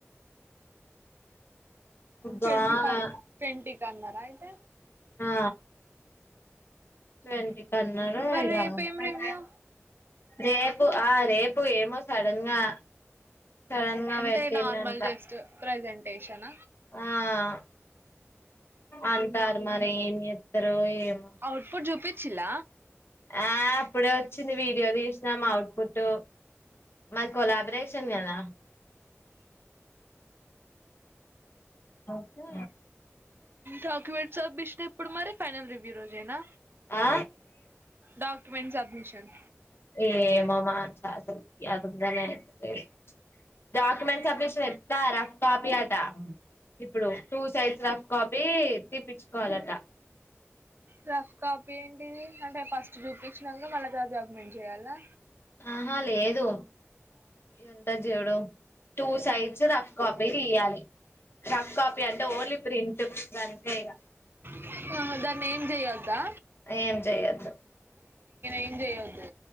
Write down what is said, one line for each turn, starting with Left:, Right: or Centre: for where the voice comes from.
Right: ట్వంటి
Left: బాగా
Right: ఫస్ట్ ట్వంటీ కన్నారా అయితే
Left: ఆ ట్వంటీ కాన్నరు
Right: మరి
Left: ఇగ
Right: రేపు ఏం
Left: రేప్
Right: రివ్యూ
Left: రేపు ఆ రేపు ఏమో సడన్ గా సడన్ గా
Right: అంటే
Left: పెట్టిండంట
Right: నార్మల్ జస్ట్ ప్రజెంటేషన
Left: ఆ అంటారు మరి ఏం జెత్తరో ఏమ్
Right: అవుట్ పుట్ జూపిచిల్ల
Left: ఆ అప్పుడే వొచ్చింది వీడియో తీసినాం అఔట్పుట్ మది కొలాబ్రేరేషన్ గదా ఉమ్ ఒకే
Right: డాక్యుమెంట్స్ సబ్మిషన్ ఎప్పుడు మరి ఫైనల్ రివ్యూ రోజేనా
Left: ఆ
Right: డాక్యుమెంట్ సబ్మిషన్
Left: ఏం మామ <unintelligible> డాక్యుమెంట్స్ సబ్మిషన్ ఎఫ్తారా రఫ్ కాఫీ అంట ఇప్పుడు టూ సైడ్స్ రఫ్ కాఫీ తిప్పించుకోవాలట
Right: రఫ్ కాఫీ ఏంటిది అంటే ఫస్ట్ చూపించినక మల్ల తర్వాత డాక్యుమెంట్ చెయ్యాలా
Left: ఆహా లేదు ఇది ఉంటది చూడు టూ సైడ్స్ రఫ్ కాఫీ తీయాలి రఫ్ కాఫీ అంటే ఓన్లీ ప్రింట్ అంతే ఇగ
Right: ఆ కద్ దానేం చెయ్యొద్దా
Left: ఏం చెయ్యొద్దు
Right: ఏం చేయొద్దు